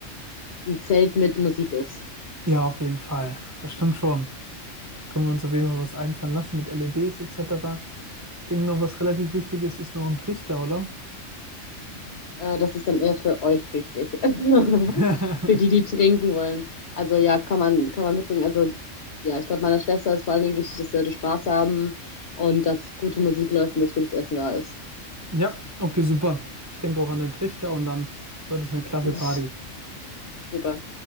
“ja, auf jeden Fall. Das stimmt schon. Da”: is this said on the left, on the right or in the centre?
Right